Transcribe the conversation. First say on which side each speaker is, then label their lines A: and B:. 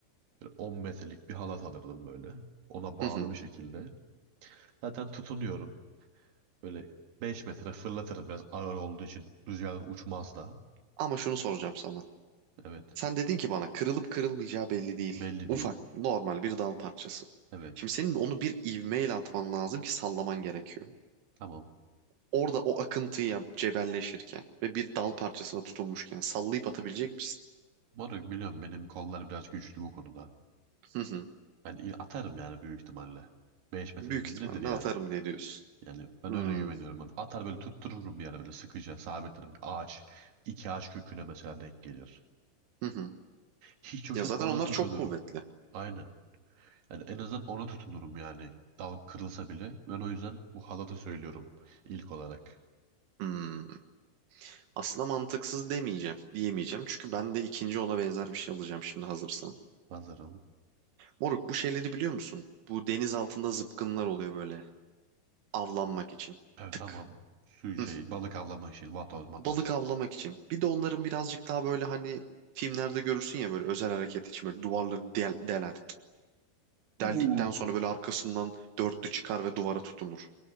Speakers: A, on the right; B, on the right.
A: böyle 10 metrelik bir halat alırdım böyle. Ona bağlı
B: Hı hı.
A: bir şekilde. Zaten tutunuyorum. Böyle 5 metre fırlatırım biraz ağır olduğu için. Rüzgardan uçmaz da.
B: Ama şunu soracağım sana.
A: Evet.
B: Sen dedin ki bana kırılıp kırılmayacağı belli değil.
A: Belli
B: Ufak,
A: değil.
B: normal bir dal parçası.
A: Evet.
B: Şimdi senin onu bir ivmeyle atman lazım ki sallaman gerekiyor.
A: Tamam.
B: Orada o akıntıya cebelleşirken ve bir dal parçasına tutunmuşken sallayıp atabilecek misin?
A: Moruk biliyorum benim kollar biraz güçlü bu konuda.
B: Hı hı.
A: Ben i- atarım yani büyük ihtimalle. 5 metre
B: Büyük
A: dediğim
B: ihtimalle
A: nedir yani?
B: atarım diye diyorsun.
A: Yani ben
B: Hmm,
A: öyle güveniyorum. Ben atar böyle tuttururum bir yere böyle sıkıca sabitlerim. Ağaç, iki ağaç köküne mesela denk gelir.
B: Hı hı.
A: Hiç yoktan
B: Ya zaten
A: ona
B: onlar
A: tutunurum.
B: çok kuvvetli.
A: Aynen. Yani en azından ona tutunurum yani. Dal kırılsa bile. Ben o yüzden bu halatı söylüyorum ilk olarak.
B: Hmm. Aslında mantıksız demeyeceğim, diyemeyeceğim. Çünkü ben de ikinci ona benzer bir şey alacağım şimdi hazırsan.
A: Nazarım.
B: Moruk bu şeyleri biliyor musun? Bu deniz altında zıpkınlar oluyor böyle. avlanmak için.
A: Evet
B: Tık.
A: tamam. Su şey
B: Hı.
A: balık avlama işi. Vatoz matoz.
B: Balık avlamak için. Bir de onların birazcık daha böyle hani filmlerde görürsün ya böyle özel hareket için böyle duvarları del deler.
A: Uh.
B: Deldikten sonra böyle arkasından dörtlü çıkar ve duvara tutunur.